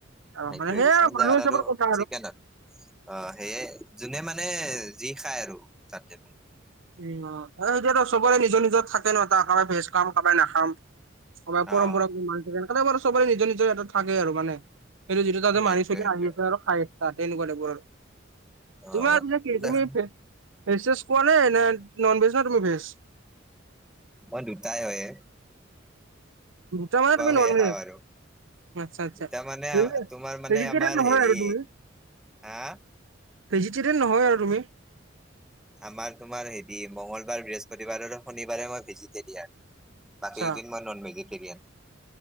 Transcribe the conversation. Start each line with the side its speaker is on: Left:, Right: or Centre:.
Right: অ
Centre: সেইটোৱে,
Right: মানে সেই
Centre: কিছুমান
Right: মানুহ
Centre: জাগাত
Right: হিচাপৰ
Centre: আৰু
Right: কথা
Centre: চিকেন আৰু। অ' সেয়া, যোনে মানে যি খায় আৰু তাতে খাই।
Right: উ, এতিয়াতো চবৰে নিজৰ নিজৰ থাকে ন' তাৰ কাৰোবাই ভেজ খাম কাৰোবাই নাখাম। চবাৰ
Centre: অ
Right: পৰম্পৰাগ মানি থাকে বাৰু চবৰে নিজৰ নিজৰ ইয়াতে থাকে আৰু মানে। সেইটো যিটো তাতে
Centre: সেইটোৱে
Right: মাৰি চলি
Centre: সেইটোৱে
Right: আহি আছে আৰু খাই আছে তাতে এনেকুৱা টাইপৰ আৰু।
Centre: অ
Right: তোমাৰ পিছে কি,
Centre: দেখ
Right: তুমি ভেজ চেজ খোৱানে নে ননভেজ না তুমি ভেজ?
Centre: মই দুটাই হয়।
Right: দুটা মানে তুমি
Centre: সেয়ে
Right: ননভেজ।
Centre: খাওঁ আৰু
Right: আচ্ছা আচ্ছা,
Centre: দুটা মানে
Right: হেইজে
Centre: তোমাৰ মানে
Right: হেৰি কিতে
Centre: আমাৰ হেৰি
Right: আৰু তুমি।
Centre: হা
Right: ভেজিটেৰিয়ান নহয় আৰু তুমি।
Centre: আমাৰ তোমাৰ হেৰি মংগলবাৰ, বৃহস্পতিবাৰ আৰু শনিবাৰে মই ভেজিটেৰিয়ান, বাকীদিন
Right: আচ্ছা
Centre: ননভেজিটেৰিয়ান।